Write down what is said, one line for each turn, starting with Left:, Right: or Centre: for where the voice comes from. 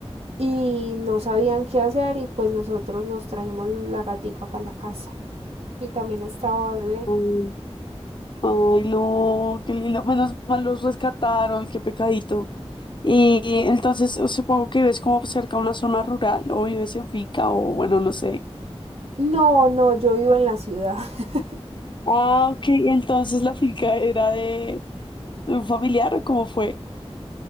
Right: y no sabían qué hacer y pues nosotros nos trajimos la gatica para la casa. Y también estaba bebé.
Left: Ay, ay, no, qué lindo. Menos mal los rescataron, qué pecadito. Y entonces supongo que vives como cerca a una zona rural o vives en finca o bueno, no sé.
Right: No, no, yo vivo en la ciudad. <laughs>
Left: Ah, ok. Entonces la finca era de un familiar o cómo fue.